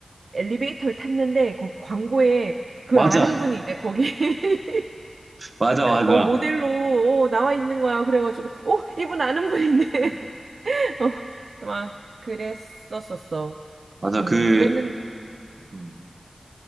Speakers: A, on the right (about 75°); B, on the right (about 55°).
A: 엘리베이터를 탔는데, 그 광고에 그
B: 맞아,
A: 아는 분이 이제 거기, <laughs>
B: 맞아, 맞아,
A: 어, 모델로, 어, 나와 있는 거야. 그래가지고, 어, 이분 아는 분인데. <laughs>
B: 음.
A: 어, 막, 그랬었었어.
B: 맞아.
A: 음,
B: 그
A: 그랬는,
B: 음,